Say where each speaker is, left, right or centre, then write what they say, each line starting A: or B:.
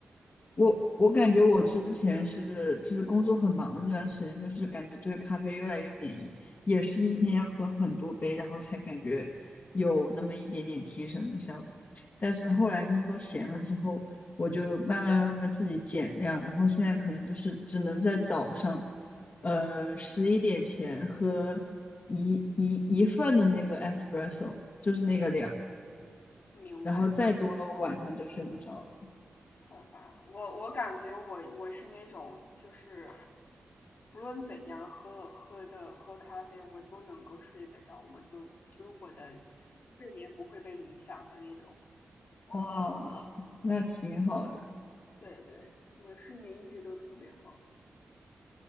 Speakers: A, on the left; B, on the left.
A: 我我感觉我之前是就是工作很忙的那段时间，就是感觉对咖啡越来越免疫，也是一天要喝很多杯，然后才感觉有那么一点点提神的效果。但是后来工作闲了之后，我就慢慢慢慢自己减量，然后现在可能就是只能在早上，呃，十一点前喝一一一份的那个 espresso，就是那个量，
B: 明白明白，
A: 然后再多了我晚上就睡不着了。
B: 好吧，我我感觉我我是那种就是不论怎样喝喝的喝咖啡，我都能够睡得着，我都就是我的睡眠不会被影响的那种。
A: 哇，那挺好的。
B: 对对，我睡眠一直都特别好。